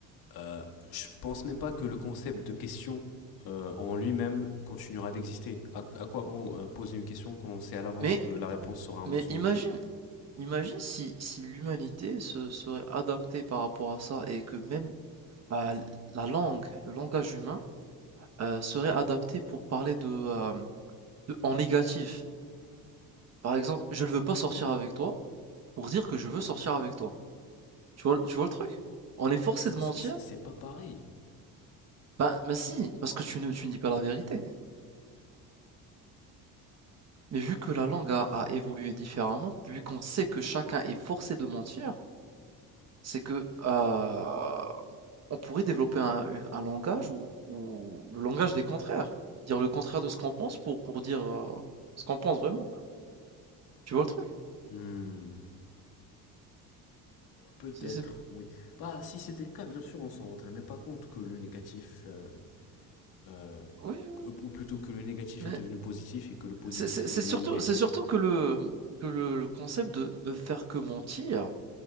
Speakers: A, on the left; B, on the right.
A: euh, je pense même pas que le concept de question euh, en lui-même continuera d'exister. À, à quoi bon euh, poser une question quand on sait à l'avance
B: Mais,
A: que la réponse sera un
B: mais
A: mensonge
B: imagine, Imagine si, si l'humanité se serait adaptée par rapport à ça et que même euh, la langue, le langage humain, euh, serait adapté pour parler de, euh, de- en négatif. Par exemple, je ne veux pas sortir avec toi pour dire que je veux sortir avec toi. Tu vois, tu vois le truc? On est forcé
A: C'est
B: de mentir?
A: c'est- c'est pas pareil.
B: Ben, mais si, parce que tu ne, tu ne dis pas la vérité. Mais vu que la langue a, a évolué différemment, vu qu'on sait que chacun est forcé de mentir, c'est que euh, on pourrait développer un, un langage ou, ou le langage des contraires. Dire le contraire de ce qu'on pense pour, pour dire euh, ce qu'on pense vraiment. Tu vois le truc?
A: Hmm. Peut-être,
B: C'est, c'est-
A: oui. Bah, si c'était le cas, bien sûr, on s'en rendrait même pas compte que le négatif euh, Euh,
B: Oui, oui, oui.
A: ou plutôt que le négatif
B: Mais
A: est devenu positif et que le positif
B: c'est c'est-
A: est
B: c'est
A: devenu
B: surtout,
A: négatif.
B: c'est surtout que le, que le, le concept de ne faire que mentir,